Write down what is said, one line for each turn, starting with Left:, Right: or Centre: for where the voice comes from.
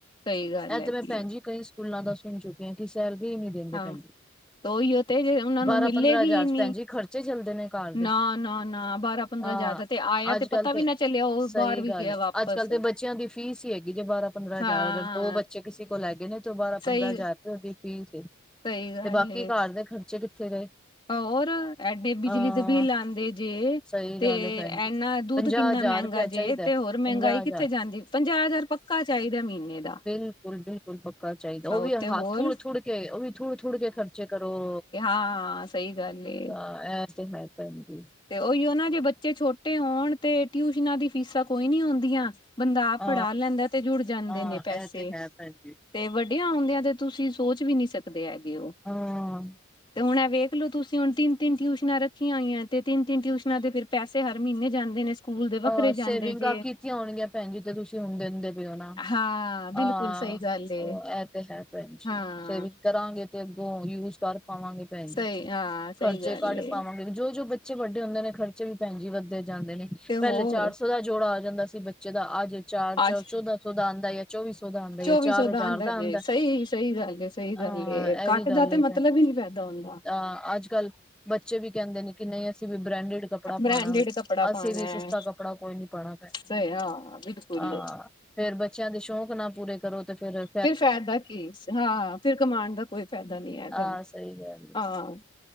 Left: ਸਹੀ ਗੱਲ
Centre: ਇਹ
Left: ਹੈਗੀ
Centre: ਤੇ ਮੈ ਭੈਣਜੀ ਕਈ ਸਕੂਲਾ ਦਾ ਸੁਣ ਚੁੱਕੀ ਕਿਉਂਕਿ ਸੈਲਰੀ ਹੀ ਨਹੀ ਦਿੰਦੇ
Left: ਹਾਂ
Centre: ਭੈਣ ਜੀ।
Left: ਤੇ ਉਹੀਓ ਤੇ ਜੇ ਉਹਨਾਂ
Centre: ਬਾਰਾ,
Left: ਨੂੰ ਮਿਲੇਗੀ
Centre: ਪੰਦਰਾ ਹਜ਼ਾਰ
Left: ਹੀ ਨੀ
Centre: ਚ ਭੈਣ ਜੀ ਖਰਚੇ ਚੱਲਦੇ ਨੇ ਘਰ
Left: ਨਾ
Centre: ਦੇ
Left: ਨਾ ਨਾ ਬਾਰਾਂ ਪੰਦਰਾਂ
Centre: ਆ।
Left: ਹਜ਼ਾਰ ਦਾ ਤੇ ਆਇਆ
Centre: ਅੱਜ-ਕੱਲ
Left: ਪਤਾ
Centre: ਤੇ
Left: ਵੀ ਨਾ ਚੱਲਿਆ ਉਹ
Centre: ਸਹੀ
Left: ਬਾਹਰ ਵੀ
Centre: ਗੱਲ
Left: ਗਿਆ
Centre: ਏ
Left: ਵਾਪਸ
Centre: ਅੱਜ-ਕੱਲ ਤੇ ਬੱਚੇ ਬੱਚਿਆ ਦੀ ਫੀਸ ਈ ਹੈਗੀ ਜੇ ਬਾਰਾ-ਪੰਦਰਾ ਹਜ਼ਾਰ
Left: ਹਾਂ
Centre: ਅਗਰ ਦੋ ਬੱਚੇ ਕਿਸੇ ਕੋਲ ਹੈਗੇ ਨੇ। ਤੋ ਬਾਰਾਂ-ਪੰਦਰਾ
Left: ਸਹੀ
Centre: ਹਜ਼ਾਰ ਰੁਪਏ ਦੀ ਫੀਸ ਏ,
Left: ਸਹੀ ਗੱਲ
Centre: ਤੇ ਬਾਕੀ
Left: ਏ
Centre: ਘਰ ਦੇ ਖਰਚੇ ਕਿੱਥੇ ਗਏ।
Left: ਹੋਰ ਐਡੇ ਬਿਜਲੀ
Centre: ਹਾਂ
Left: ਦੇ ਬਿੱਲ ਆਂਦੇ ਜੇ।
Centre: ਸਹੀ
Left: ਤੇ
Centre: ਗੱਲ ਹੈ ਭੈਣ ਜੀ।
Left: ਇੰਨਾ ਦੁੱਧ
Centre: ਪੰਜਾਹ
Left: ਕਿੰਨਾ
Centre: ਹਜ਼ਾਰ
Left: ਮਹਿੰਗਾ
Centre: ਰੁਪਇਆ
Left: ਜੇ,
Centre: ਚਾਹੀਦਾ
Left: ਤੇ ਹੋਰ
Centre: ਪੰਜਾਹ
Left: ਮਹਿੰਗਾਈ ਕਿੱਥੇ
Centre: ਹਜ਼ਾਰ
Left: ਜਾਂਦੀ ਪੰਜਾਹ ਹਜ਼ਾਰ ਪੱਕਾ ਚਾਹੀਦਾ ਮਹੀਨੇ ਦਾ।
Centre: ਬਿਲਕੁਲ-ਬਿਲਕੁਲ ਪੱਕਾ ਚਾਹੀਦਾ, ਉਹ
Left: ਆਹੋ
Centre: ਵੀ ਹੱਥ
Left: ਤੇ ਹੋਰ
Centre: ਥੂੜ-ਥੂੜ ਕੇ ਉਹ ਵੀ ਥੂੜ-ਥੂੜ ਕੇ ਖਰਚੇ ਕਰੋ।
Left: ਹਾ ਸਹੀ ਗੱਲ ਏ।
Centre: ਹਾ ਇਹ ਤੇ ਹੈ ਭੈਣ ਜੀ।
Left: ਤੇ ਉਹੀਓ ਨਾ ਜੇ ਬੱਚੇ ਛੋਟੇ ਹੋਣ, ਤੇ ਟਿਊਸ਼ਨਾ ਦੀ ਫੀਸਾ ਕੋਈ ਨੀ ਹੁੰਦੀਆਂ। ਬੰਦਾਂ ਆਪ
Centre: ਅ
Left: ਪੜਾ ਲੈਂਦਾ ਏ, ਤੇ ਜੁੜ ਜਾਦੇ
Centre: ਹਾਂ
Left: ਨੇ ਪੈਸੇ।
Centre: ਇਹ ਤੇ ਹੈ ਭੈਣ ਜੀ।
Left: ਤੇ ਵੱਡੀਆ ਹੁੰਦਿਆ ਤੇ ਤੁਸੀ ਸੋਚ ਵੀ ਨੀ ਸਕਦੇ ਹੈਗੇ। ਓ।
Centre: ਹਾਂ
Left: ਤੇ ਹੁਣ ਵੇਖਲੋ ਤੁਸੀ ਹੁਣ ਤਿੰਨ-ਤਿੰਨ ਟਿਊਸ਼ਨਾ ਰੱਖੀਆ ਹੋਈਆ। ਤੇ ਤਿੰਨ- ਤਿੰਨ ਟਿਊਸ਼ਨਾ ਦੇ ਫਿਰ ਪੈਸੇ ਹਰ ਮਹੀਨੇ ਜਾਦੇ ਨੇ ਸਕੂਲ ਦੇ ਵੱਖਰੇ
Centre: ਅਹ
Left: ਜਾਂਦੇ
Centre: ਸੇਵਿੰਗਾ
Left: ਜੇ
Centre: ਕੀਤੀਆ ਹੋਣਗੀਆ ਭੈਣ ਜੀ, ਤੇ ਤੁਸੀ ਹੁਣ ਦਿੰਦੇ ਪਏ ਓ ਨਾ
Left: ਹਾਂ ਬਿਲਕੁਲ
Centre: ਅਹ
Left: ਸਹੀ ਗੱਲ ਏ
Centre: ਉਹ ਇਹ ਤੇ ਹੈ ਭੈਣ ਜੀ,
Left: ਹਾਂ
Centre: ਸੇਵਿੰਗ ਕਰਾਗੇ ਤੇ ਅੱਗੋ ਯੂਜ ਕਰ ਪਾਵਾਂਗੇ। ਭੈਣ
Left: ਸਹੀ
Centre: ਜੀ
Left: ਹਾਂ ਸਹੀ
Centre: ਖਰਚੇ
Left: ਗੱਲ
Centre: ਕੱਢ
Left: ਏ
Centre: ਪਾਵਾਗੇ ਜੋ-ਜੋ ਬੱਚੇ ਬੱਚੇ ਵੱਡੇ ਹੁੰਦੇ ਨੇ ਖਰਚੇ ਵੀ ਭੈਣ ਜੀ ਵੱਧਦੇ ਜਾਦੇ ਨੇ,
Left: ਤੇ
Centre: ਪਹਿਲੇ
Left: ਹੋਰ
Centre: ਚਾਰ ਸੌ ਦਾ ਜੋੜਾ ਆ ਜਾਂਦਾ ਸੀ ਬੱਚ ਅੱਜ ਚਾਰ ਚ
Left: ਅੱਜ
Centre: ਚੌਦਾ ਸੌ ਦਾ ਆਂਦਾ ਜਾ, ਚੌਵੀ ਸੌ ਦਾ ਆਂਦਾ, ਜਾ
Left: ਚੌਵੀ
Centre: ਚਾਰ
Left: ਸੌ
Centre: ਹਜ਼ਾਰ ਦਾ
Left: ਜੇ
Centre: ਆਂਦਾ।
Left: ਸਹੀ ਸਹੀ ਗੱਲ ਏ ਸਹੀ
Centre: ਆ
Left: ਗੱਲ ਏ
Centre: ਇਹ
Left: ਘੱਟ
Centre: ਵੀ ਗੱਲ
Left: ਦਾ ਤੇ
Centre: ਏ
Left: ਮਤਲਬ
Centre: ਭੈਣ ਜੀ।
Left: ਹੀ ਨੀ ਪੈਦਾ ਹੁੰਦਾ
Centre: ਅ ਅੱਜ-ਕੱਲ ਬੱਚੇ ਵੀ ਕਹਿੰਦੇ ਨੇ ਕਿ ਨਹੀ ਅਸੀਂ ਵੀ ਬ੍ਰੈਡਡ ਕੱਪੜਾ
Left: ਬ੍ਰੈਂਡਡ
Centre: ਪਾਣਾ ਵੇ।
Left: ਕੱਪੜਾ ਪਾਣਾ
Centre: ਅਸੀਂ ਵੀ
Left: ਹੈ
Centre: ਸਸਤਾ ਕੱਪੜਾ ਕੋਈ ਨੀ ਪਾਣਾ ਮੈਂ,
Left: ਤੇ ਹਾਂ ਬਿਲਕੁਲ
Centre: ਹਾ ਫਿਰ ਬੱਚੇ ਬੱਚਿਆ ਦੇ ਸ਼ੌਕ ਨਾ ਪੂਰੇ ਕਰੋ ਤੇ ਫਿਰ
Left: ਫਿਰ ਫਾਇਦਾ ਕੀ ਹਾ, ਫਿਰ ਕਮਾਉਣ ਦਾ ਕੋਈ ਫਾਇਦਾ ਨੀ ਹੈਗਾ
Centre: ਆਹ ਸਹੀ ਗੱਲ ਏ।
Left: ਹਾ।